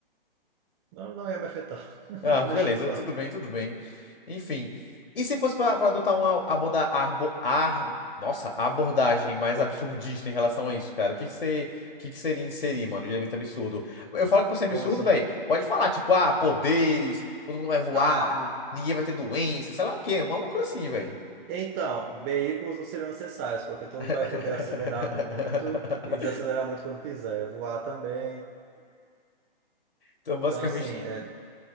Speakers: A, on the right; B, on the left.
A: Não, não ia me afetar. <laughs>
B: Ah, beleza,
A: Deixando claro.
B: tudo bem, tudo bem. Enfim. E se fosse para adotar uma aborda, arbo, ar, nossa, abordagem mais absurdista em relação a isso, cara? O que que você, que que seria inserir, mano, de elemento absurdo? Eu falo que pra ser absurdo,
A: Como assim?
B: velho. Pode falar, tipo, ah, poderes, todo mundo vai voar,
A: Ah.
B: ninguém vai ter doença, sei lá o quê, uma loucura assim, velho.
A: Então, veículos não seriam necessários, porque tu
B: <laughs>
A: não vai poder acelerar muito e desacelerar muito quando quiser. Voar também.
B: Então, basicamente,
A: Então, assim, é